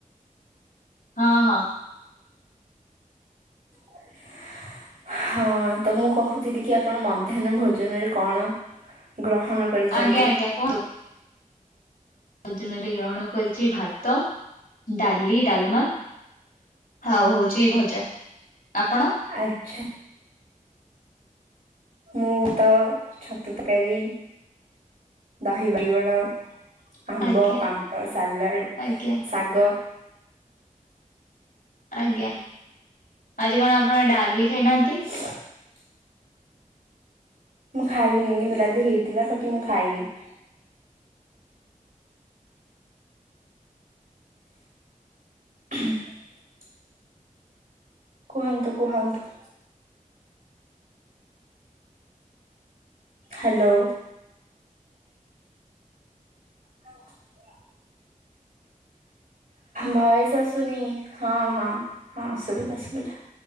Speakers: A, on the left; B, on the right.
A: ହଁ ହଁ।
B: <unintelligible> ହଁ ତ ମୁଁ କହୁଥିଲି କି ଆପଣ ମଧ୍ୟାହ୍ନ ଭୋଜନରେ କଣ ଗ୍ରହଣ କରିଛନ୍ତି?
A: ଆଜ୍ଞା ଆଜ୍ଞା କୁହନ୍ତୁ। ଭୋଜନରେ ଗ୍ରହଣ କରିଛି ଭାତ, ଡାଲି, ଡାଲମା ହଉ ହଉଛି ଭଜା। ଆପଣ?
B: ଆଛା୍। ମୁଁ ତ ଛତୁ ତକାରୀ। ଦହି ବାଇଗଣ, ଆମ୍ବ,
A: ଆଜ୍ଞା
B: ପାମ୍ପଡ, ସାଲାଡ଼,
A: ଆଜ୍ଞା
B: ଶାଗ।
A: ଆଜ୍ଞା। ଆଜି କଣ ଆପଣ ଡାଲି ଖାଇନାହାନ୍ତି?
B: <unintelligible> ମୁଁ ଖାଇନିି, କିନ୍ତୁ ଡାଲି ହେଇଥିଲା ବାକି ମୁଁ ଖାଇିନି। <unintelligible> କୁହନ୍ତୁ କୁହନ୍ତୁ। ହାଲୋ। <unintelligible> ଭୟସ ଆସୁନି। ହଁ ହଁ ହଁ ଶୁଭିଲା ଶୁଭିଲା।